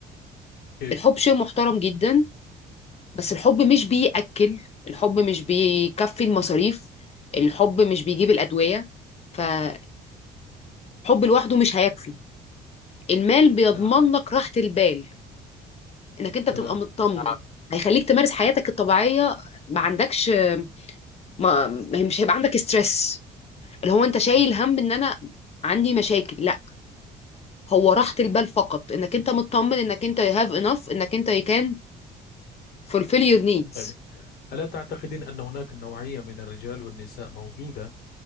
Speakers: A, on the left; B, on the left.
A: كيف؟
B: الحب شيء محترم جدا بس الحب مش بيأكل الحب مش بيكفي المصاريف الحب مش بيجيب الادويه فالحب لوحده مش هيكفي المال بيضمن
A: نعم
B: لك راحه البال انك انت
A: تمام
B: بتبقى مطمن آه. هيخليك تمارس حياتك الطبيعيه ما عندكش ما ما- مش هيبقى عندك ستريس اللي هو انت شايل
A: مم.
B: هم ان انا عندي مشاكل لا هو راحه البال فقط انك انت مطمن انك انت you have enough انك انت you can fulfill your needs
A: طيب ألا تعتقدين أن هناك نوعية من الرجال والنساء موجودة